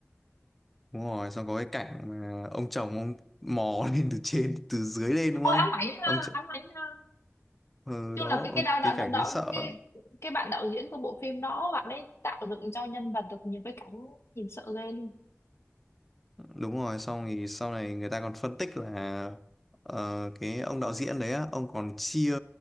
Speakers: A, in the centre; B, on the left.
A: đúng rồi xong có cái cảnh mà ông chồng ông mò <laughs> lên từ trên từ dưới lên đúng không
B: ôi ám ảnh ha
A: ông ch...
B: ám ảnh ha
A: ừ,
B: chung
A: đó
B: là cái
A: ông-
B: cái đạo đạo
A: cái
B: đạo,
A: cảnh
B: đạo
A: đấy sợ
B: cái
A: lắm.
B: cái bạn đạo diễn của bộ phim đó bạn ấy tạo dựng cho nhân vật được nhiều cái cảnh nhìn sợ ghê luôn
A: đúng rồi xong thì sau này người ta còn phân tích là ờ, cái ông đạo diễn đấy á ông còn chia